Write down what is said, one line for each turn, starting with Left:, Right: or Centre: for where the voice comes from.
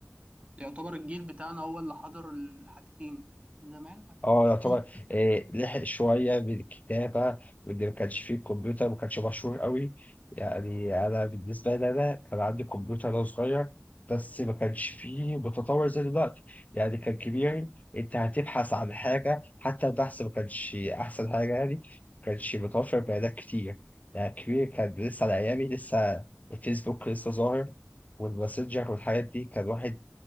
Right: يعتبر الجيل بتاعنا هو اللي حضر الحاجتين زمان ما
Left: اه
Right: كانش
Left: يعتبر
Right: فيه
Left: آه،
Right: الكلام
Left: لحق شوية بالكتابة واللي ما كانش فيه الكمبيوتر ما كانش مشهور قوي يعني أنا بالنسبة لي أنا كان عندي كمبيوتر وأنا صغير بس ما كانش فيه متطور زي دلوقتي يعني كان كبير
Right: ده.
Left: أنت هتبحث عن حاجة حتى البحث ما كانش أحسن حاجة يعني ما كانش متوفر بيانات كتير يعني كبير كان لسه على أيامي لسه الفيسبوك لسه ظاهر والماسنجر والحاجات دي كان واحد